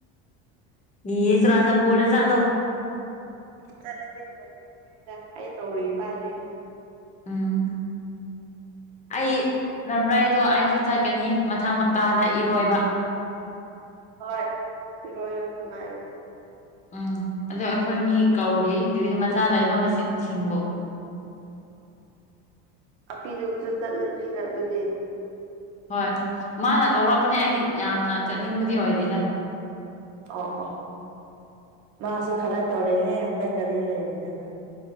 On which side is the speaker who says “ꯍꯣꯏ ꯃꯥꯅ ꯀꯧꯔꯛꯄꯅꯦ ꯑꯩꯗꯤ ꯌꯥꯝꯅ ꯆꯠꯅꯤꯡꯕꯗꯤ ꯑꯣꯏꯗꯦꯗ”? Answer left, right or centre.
Left